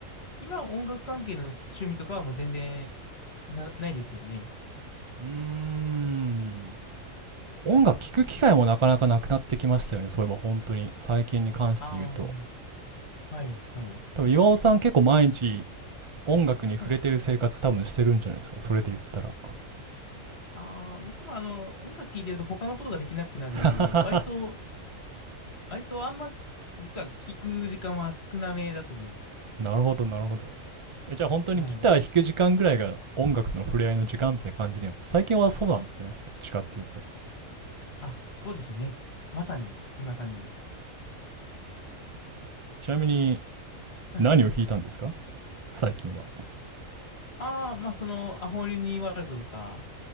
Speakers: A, on the left (about 50°); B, on the right (about 30°).
A: 今音楽関係の趣味とかはもう全然な、ないですよね。
B: うーん音楽聴く機会もなかなかなくなってきましたよねそういえば本当に最近に関して言うと
A: ああ、はいはい。
B: 多分岩尾さん結構毎日音楽に触れてる生活多分してるんじゃないですかそれで言ったら
A: はい。ああ、僕もあの、音楽聴いてると他のことができなくなるんで、
B: <laughs>
A: 割と、割とあんま、実は聴く時間は少なめだと思います。
B: なるほどなるほどえじゃあ本当にギター弾く時間ぐらいが音楽との触れ合いの時間みたいな感じには最近はそうなんですねどっちかっていうと
A: はい。あ、そうですね。まさに、そんな感じです。
B: ちなみに
A: はい。
B: 何を弾いたんですか最近は
A: ああ、まあ、その、アホリニーワールドとか、